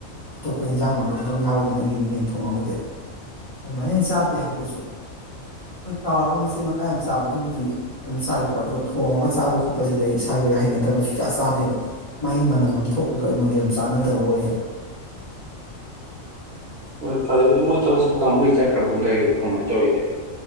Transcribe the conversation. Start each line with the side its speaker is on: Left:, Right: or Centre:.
Left: ꯑꯇꯣꯞꯄ ꯍꯦꯟꯖꯥꯡ ꯑꯃꯗꯤ ꯑꯗꯨꯝ ꯌꯥꯎꯋꯤꯗꯅ ꯑꯩꯒꯤꯗꯤ ꯌꯦꯟꯊꯣꯡꯉꯒꯗꯤ ꯑꯗꯨꯃꯥꯏꯅ ꯑꯩ ꯆꯥꯗꯦ ꯍꯥꯏꯕ ꯀꯩꯁꯨ ꯍꯣꯏ ꯇꯥꯎꯔꯒ ꯃꯆꯦꯠ ꯃꯀꯥꯏ ꯑꯃ ꯆꯥꯕꯗꯨꯕꯨꯗꯤ ꯑꯗꯨꯝ ꯆꯥꯏꯀꯣ ꯑꯗꯨꯒ ꯊꯣꯡꯉꯒ ꯆꯥꯕ ꯈꯣꯠꯄꯁꯤꯗꯤ ꯑꯩ ꯏꯁꯥꯒꯤ ꯑꯣꯏꯅ ꯍꯩꯅꯗꯕ ꯁꯨꯛꯆꯥ ꯆꯥꯗꯦꯕ ꯃꯥꯒꯤ ꯃꯅꯝ ꯑꯃ ꯊꯣꯛꯄꯗꯣ ꯑꯩꯉꯣꯟꯗ ꯌꯥꯝ ꯆꯥꯟꯅꯗꯕ ꯑꯣꯏꯌꯦꯕ
Right: ꯍꯣꯏ ꯐꯔꯦ ꯑꯗꯨ ꯃꯣꯏ ꯊꯕꯛꯁꯨꯕ ꯀꯥꯡꯕꯨꯗꯤ ꯆꯠꯈ꯭ꯔꯕꯣ ꯂꯩꯔꯤꯕꯣ ꯀꯃꯥꯏ ꯇꯧꯔꯤꯒꯦ